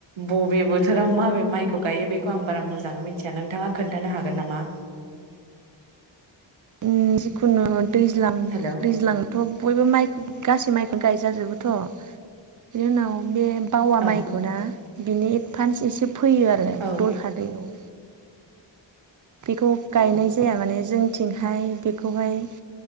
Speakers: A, on the right (about 75°); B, on the right (about 40°).
A: बबे बोथोराव माबे माइखौ गायो बेखौ आं बारा मोजाङै मिथिया नोंथाङा खोन्थानो हागोन नामा?
B: ओम जिखुनु दैज्लां
A: हेलौ
B: दैज्लां थ' बयबो माइ गासै माइखौनो गायजाजोबोथ' बिनि उनाव बे बावा
A: औ
B: माइखौ ना बिनि एडभान्स एसे फैयो आरो
A: औ
B: दलहादैयाव। बेखौ
A: अ
B: गायनाय जाया माने जोंथिंहाय बेखौहाय